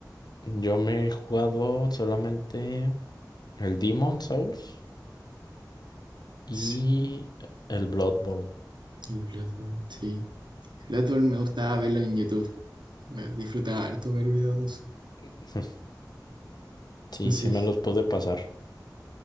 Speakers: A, on the left; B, on the right.
A: Yo me he jugado solamente el Demon Souls y
B: Sí,
A: el Bloodborne.
B: el Bloodborne, sí. El Bloodborne me gustaba verlo en YouTube. Me disfrutaba harto ver videos de eso.
A: <laughs> Sí,
B: No sé.
A: sí me
B: si-
A: los pude pasar.